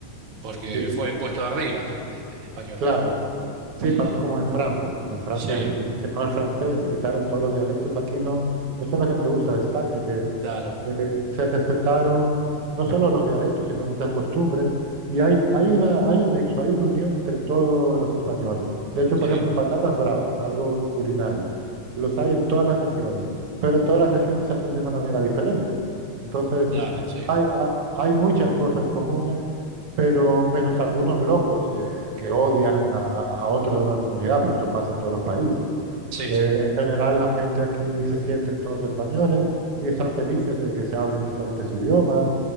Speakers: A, on the right; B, on the right.
A: porque
B: Sí,
A: fue impuesto de arriba, ¿no? El, el español
B: claro.
A: acá.
B: Sí,
A: Y
B: pasó como en Francia. En Francia
A: sí,
B: impu- impusieron el francés y quitaron todos los dialectos. Aquí no. Eso es lo que me gusta de España, que
A: claro.
B: eh, se respetaron no solo los dialectos, sino muchas costumbres. Y hay, hay una, hay un nexo, hay una unión entre todos los españoles. De hecho,
A: Sí.
B: por ejemplo, patatas bravas, algo culinario, los hay en todas las regiones, pero en todas las regiones se hacen de una manera diferente. Entonces,
A: Claro, sí,
B: hay, a- hay muchas cosas comunes, pero menos algunos locos que, que odian a, a otro de una comunidad, pero eso pasa en todos los países.
A: sí,
B: Eh,
A: sí,
B: en general, la gente aquí se sienten todos españoles y están felices de que se hablen diferentes idiomas.